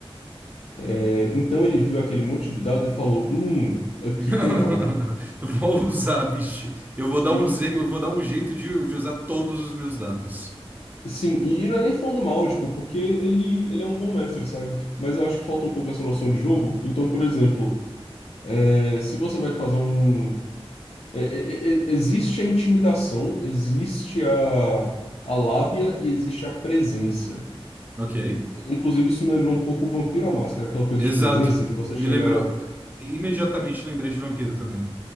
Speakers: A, on the left; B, on the right.
A: É, então ele viu aquele monte de dado e falou: Hum, aqui
B: <laughs>
A: tem algo.
B: Vou usar, bicho. Eu vou dar
A: E,
B: um, ze- eu vou dar um jeito de, de usar todos os meus dados.
A: e, sim, e, e não é nem falando mal, tipo, porque ele, ele é um bom mestre, sabe? Mas eu acho que falta um pouco essa noção de jogo. Então, por exemplo, é, se você vai fazer um. é, é, é, é, existe a intimidação, existe a, a lábia e existe a presença.
B: Ok.
A: Inclusive, isso me lembrou um pouco o Vampiro à Máscara, aquela coisa
B: Exato.
A: de presença, de você
B: Me
A: chegar.
B: lembrou. eh, Imediatamente lembrei de vampiro também.